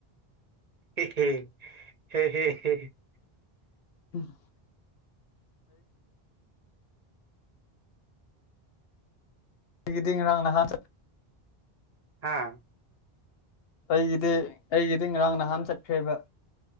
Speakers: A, on the right; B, on the left.
A: ꯍ ꯍ <unintelligible>
B: ꯎꯝ <unintelligible> ꯑꯩꯒꯤꯗꯤ ꯉꯔꯥꯡ ꯅꯍꯥꯟ ꯆꯠ
A: ꯍꯥꯥ
B: ꯑꯩꯒꯤꯗꯤ ꯑꯩꯒꯤꯗꯤ ꯉꯔꯥꯡ ꯅꯍꯥꯟ ꯆꯠꯈ꯭ꯔꯦꯕ